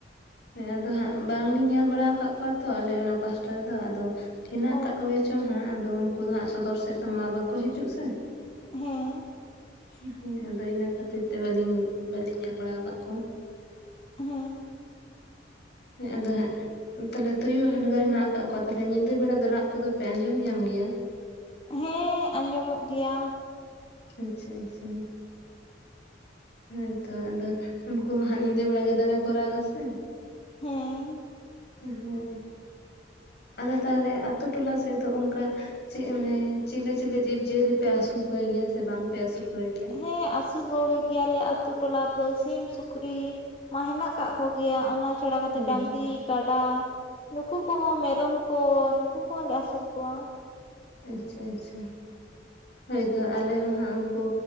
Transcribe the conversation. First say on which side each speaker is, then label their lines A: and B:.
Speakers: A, on the left; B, on the left.
A: ᱦᱮᱸ ᱟᱫᱚ ᱦᱟᱸᱜ ᱵᱟᱝᱞᱤᱧ ᱧᱮᱞ ᱵᱟᱲᱟ ᱟᱠᱟᱫ ᱠᱚᱣᱟ ᱛᱚ ᱟᱞᱮ ᱚᱱᱟ ᱯᱟᱥᱴᱟ ᱨᱮᱫᱚ ᱟᱫᱚ, ᱦᱮᱱᱟᱜ
B: ᱚ
A: ᱟᱠᱟᱫ ᱠᱚᱜᱮᱭᱟ ᱪᱚᱝ ᱦᱟᱸᱜ ᱟᱫᱚ ᱩᱱᱠᱩ ᱫᱚ ᱦᱟᱸᱜ ᱥᱚᱫᱚᱨ ᱥᱮᱫ ᱛᱚ ᱢᱟ ᱵᱟᱠᱚ ᱦᱤᱡᱩᱜ ᱥᱮ᱾
B: ᱦᱮᱸ
A: ᱦᱮᱸ ᱟᱫᱚ ᱤᱱᱟᱹ ᱠᱷᱟᱹᱛᱤᱨ ᱛᱮ ᱵᱟᱞᱤᱧ ᱵᱟᱞᱤᱧ ᱧᱮᱞ ᱵᱟᱲᱟ ᱟᱠᱟᱫ ᱠᱚᱣᱟ᱾
B: ᱦᱮᱸ
A: ᱦᱮ ᱟᱫᱚ ᱦᱟᱸᱜ ᱛᱟᱞᱦᱮ ᱛᱩᱭᱩ ᱦᱟᱰᱜᱟᱨ ᱦᱮᱱᱟᱜ ᱟᱠᱟᱫ ᱠᱚᱣᱟ ᱛᱟᱦᱚᱞᱮ ᱧᱤᱫᱟᱹ ᱵᱮᱲᱟ ᱫᱚ ᱨᱟᱜ ᱠᱚᱫᱚ ᱯᱮ ᱟᱸᱡᱚᱢ ᱧᱟᱢ ᱜᱮᱭᱟ?
B: ᱦᱮᱸ ᱟᱸᱡᱚᱢᱚᱜ ᱜᱮᱭᱟ᱾
A: ᱟᱪᱪᱷᱟ ᱟᱪᱪᱷᱟ ᱦᱳᱭᱛᱚ ᱟᱫᱚ ᱩᱱᱠᱩ ᱢᱟ ᱦᱟᱜ ᱧᱤᱫᱟᱹ ᱵᱮᱲᱟ ᱜᱮ ᱫᱚᱢᱮ ᱠᱚ ᱨᱟᱜ ᱟᱥᱮ᱾
B: ᱦᱮᱸ
A: ᱦᱳᱭ ᱟᱫᱚ ᱛᱟᱦᱚᱞᱮ ᱟᱛᱳ ᱴᱚᱞᱟ ᱥᱮᱫ ᱫᱚ ᱚᱱᱠᱟ ᱪᱮᱫ ᱢᱟᱱᱮ ᱪᱤᱞᱮ ᱪᱤᱞᱤ ᱡᱤᱵᱽᱡᱤᱭᱟᱹᱞᱤ ᱯᱮ ᱟᱥᱩᱞ ᱠᱚᱣᱮ ᱜᱮᱭᱟ ᱥᱮ ᱵᱟᱝᱯᱮ ᱟᱥᱩᱞ ᱠᱚᱣᱟᱭ ᱜᱮᱭᱟ?
B: ᱦᱮᱸ ᱟᱹᱥᱩᱞ ᱠᱚᱜᱮ ᱜᱮᱭᱟᱞᱮ ᱟᱛᱳ ᱴᱚᱞᱟ ᱨᱮᱫᱚ ᱥᱤᱢ, ᱥᱩᱠᱨᱤ ᱢᱟ ᱦᱮᱱᱟᱜ ᱟᱠᱟᱜ ᱠᱚᱜᱮᱭᱟ ᱚᱱᱟ ᱪᱷᱟᱲᱟ ᱠᱟᱛᱮᱫ
A: ᱦᱳᱭ
B: ᱰᱟᱝᱨᱤ
A: ᱦᱳᱭ
B: ᱠᱟᱰᱟ ᱱᱩᱠᱩ ᱠᱚᱦᱚᱸ ᱢᱮᱨᱚᱢ ᱠᱚ ᱱᱩᱠᱩ ᱠᱚᱦᱚᱸ ᱞᱮ ᱟᱹᱥᱩᱞ ᱠᱚᱣᱟ᱾
A: ᱟᱪᱪᱷᱟ ᱟᱪᱪᱷᱟ ᱦᱳᱭᱛᱳ ᱟᱞᱮ ᱦᱚᱸ ᱦᱟᱸᱜ ᱩᱱᱠᱩ